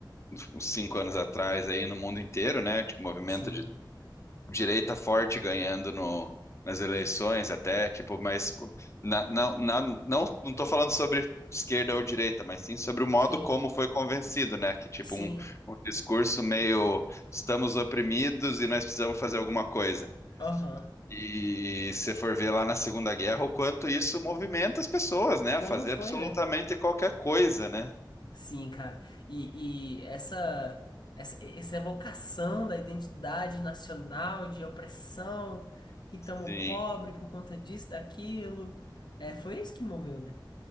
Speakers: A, on the left (about 35°); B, on the left (about 65°).
A: nos cinco anos atrás, aí no mundo inteiro, né? Tipo, movimento
B: sim,
A: de direita forte ganhando no, nas eleições até, tipo, mas na, na, na- não não estou falando sobre esquerda ou direita, mas sim sobre o modo
B: sim,
A: como foi convencido, né? Que tipo
B: sim,
A: um, um discurso meio estamos oprimidos e nós precisamos fazer alguma coisa.
B: aham.
A: E se for ver lá na Segunda Guerra, o quanto isso movimenta as pessoas, né?
B: Como
A: A fazer
B: foi,
A: absolutamente
B: né?
A: qualquer coisa, né?
B: Sim, cara. E, e essa, essa, essa evocação da identidade nacional, de opressão, que estamos
A: Sim.
B: pobre por conta disso, daquilo, é, foi isso que moveu, né?